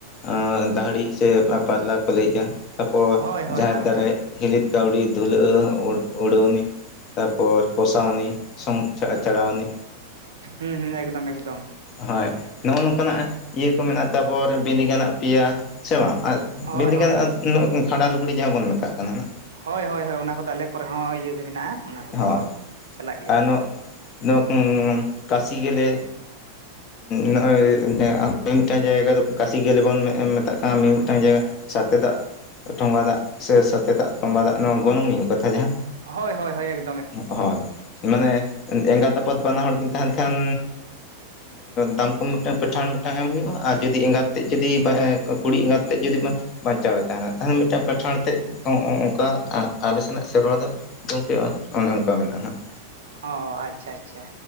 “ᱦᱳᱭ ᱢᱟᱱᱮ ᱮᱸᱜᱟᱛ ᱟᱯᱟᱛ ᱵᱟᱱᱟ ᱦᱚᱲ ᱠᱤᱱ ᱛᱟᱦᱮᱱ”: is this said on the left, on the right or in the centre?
Left